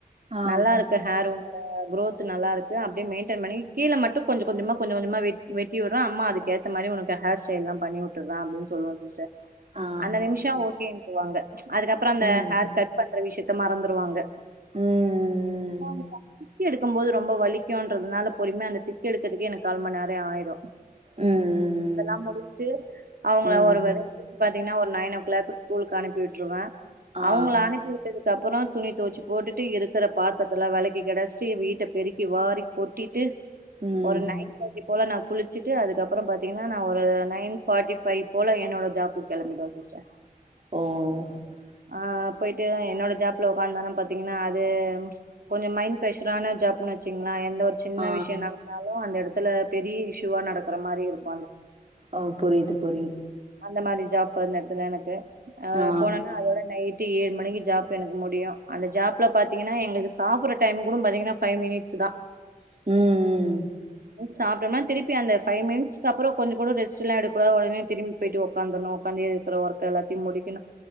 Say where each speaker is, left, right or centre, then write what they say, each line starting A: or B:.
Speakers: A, on the right (about 45°); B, on the right (about 75°).
A: ஆ
B: நல்லா இருக்கு ஹேருூ ஹ குரோத் நல்லா இருக்கு அப்டியே மெயின்டென் பண்ணி கீழ மட்டும் கொஞ்ச கொஞ்சமா கொஞ்ச கொஞ்சமா வெட் வெட்டி விடுற அம்மா அதுக்கு ஏத்த மாரி உனக்கு ஹேர்ஸ்டைல்ல்லாம் பண்ணி விட்டுருறானு அப்டினு சொல்லுவன் சிஸ்டர்
A: ஆ
B: அந்த நிமிஷம் ஓகே போவாங்க அதுக்கப்புறம் அந்த
A: ம்
B: ஹேர் கட் பண்ண விஷயத்த மறந்துடுவாங்க
A: ம் ம்
B: வாப்ப சிக்கி எடுக்கும்போது ரொம்ப வலிக்குன்றதுனால பொறுமமை அந்த சிக்க எடுக்குறதுக்கே எனக்கு கால்மணி நேரியம் ஆயிடும்
A: ம் ம்
B: இதெல்லாம் முடிட்டு அவங்கள
A: ம் ம்
B: ஒரு வலியா பாத்தீங்கன்னா ஒரு நைன் ஓக் ளாக் ஸ்கூலுக்கு அனுப்பிட்டுருவேன்
A: ஆ
B: அவங்க அனுப்பி விட்ட அதுக்கப்புறம் துணி துவச்சு போட்டுட்டு இருக்கிற பாத்திரத்துல விளக்கி கிடா ச்சிட்டு வீட்டை பெருக்கி வாரி கொட்டிட்டு
A: ம்
B: ஒரு நயன்தாட்டி போல நான் குளிச்சுட்டு அதுக்கப்புறம் ப பாதிங்கன நான் ஒரு நைன் பார்டிைவ் போல என்னோட ஜாபக்கு கிளம்பிடுவேன் சிஸ்டர்
A: ஓஓஓ
B: ஆ போயிட்டு என்னோட ஜாப்ல உக்காந்தானா பாத்தீங்கன்னா அது கொஞ்சம் மைண்ட் ஃப்ரெஷரான ஜாப்ன்னு வச்சுங்களன் எந்த ஒரு சின்ன
A: ஆ
B: விஷயம் நடந்தாலும் அந்த இடத்து இடத்துல பெரிய இஷூுவா நடக்குற மாதிரி இருக்கும்
A: ஓ புரியுது புரியுது
B: அந்த மாரி ஜாப் இடத்துல எனக்கு ஆஹ்
A: ஆ
B: போன நைட் ஏழு மணிக்கு ஜாப் எனக்கு முடியும் அந்த ஜாப்ல பாத்தீங்கன்னா எங்களுக்கு சாப்பிடுற டைம் கூட பாத்தீங்கன்னா பபைவ் மினிட்ஸ் தான்
A: உம் உம்
B: சாப்பிட்டோம்ன திருப்பி அந்த பைவ் மினிட்்கு அப்புறம் கொஞ்சம் கூட ரெஸ்ட்லாம் எடுக்ககூடாது திரும்பி போயிட்டு உட்காந்துண உட்க்காந்து இருக்கிற ஒர்க் எல்லாத்தையும் முடிக்கணும்